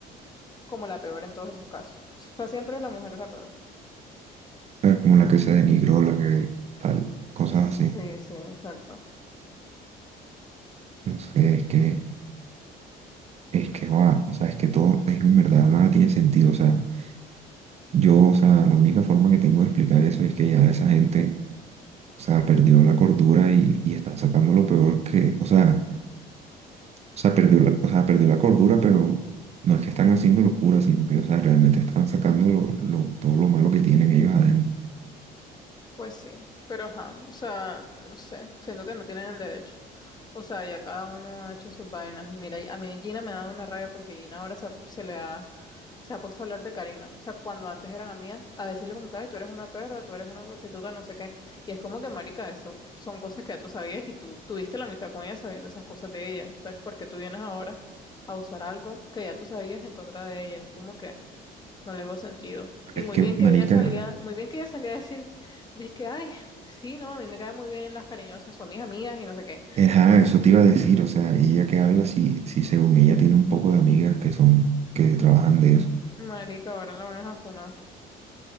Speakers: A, on the left; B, on the right.
A: como la peor en todos esos casos. O sea, siempre la mujer es la peor.
B: sea, como la que se denigró, la que tal, cosas
A: Sí,
B: así.
A: sí, exacto.
B: No sé, es que, es que, va, o sea, es que todo, es que en verdad nada tiene sentido. O sea, yo, o sea, la única forma que tengo de explicar eso es que ya esa gente, o sea, perdió la cordura y, y están sacando lo peor que, o sea, O sea, perdió la, o sea, perdió la cordura, pero no es que están haciendo locura, sino que, o sea, realmente están sacando lo, lo- todo lo malo que tienen ellos adentro.
A: Pues sí, pero ajá, o sea, no sé, siento que no tienen el derecho. O sea, ya cada uno ha hecho sus vainas. Mira, y a mí Gina me ha dado una rabia porque Gina ahora se, ha- se le ha, se ha puesto a hablar de Karina. O sea, cuando antes eran amigas, a decirle como que, ay, tú eres una perra, tú eres una prostituta, no sé qué. Y es como que, marica, eso son cosas que ya tú sabías y tú tuviste la amistad con ella sabiendo esas cosas de ella. Entonces, ¿por qué tú vienes ahora a usar algo que ya tú sabías en contra de ella? Es como que... No le veo sentido.
B: Pero
A: Y
B: es
A: muy
B: que,
A: bien
B: marica,
A: que ella Sí. salía, muy bien que ella salía a decir, dice que, ay, sí, no, a mí me caen muy bien las cariñosas, son mis amigas y no sé qué.
B: eh, ajá, eso te iba a decir, o sea, ella que habla, si, si según ella tiene un poco de amigas que son, que trabajan de eso.
A: Marica, ahora la van a funar.